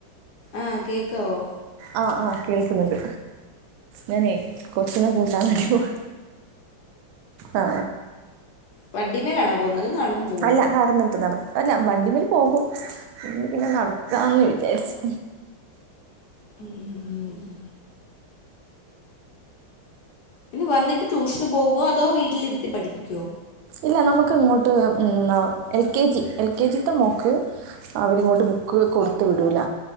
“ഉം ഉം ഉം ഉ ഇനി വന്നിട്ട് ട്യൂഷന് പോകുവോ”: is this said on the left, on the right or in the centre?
Left